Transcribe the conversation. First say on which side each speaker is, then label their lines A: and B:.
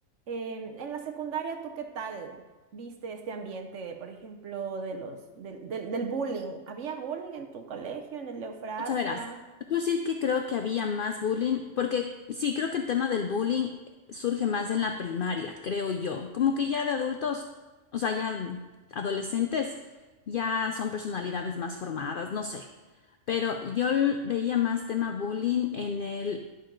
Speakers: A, on the right (about 60°); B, on the left (about 65°).
A: em, en la secundaria, ¿tú qué tal? viste este ambiente, por ejemplo, de los, del, del, del bullying? ¿Había bullying en tu colegio, en el Eufrasia?
B: O sea, verás, te puedo decir que creo que había más bullying, porque sí, creo que el tema del bullying surge más en la primaria, creo yo. Como que ya de adultos, o sea, ya adolescentes, ya son personalidades más formadas, no sé. Pero yo l- veía más tema bullying en el,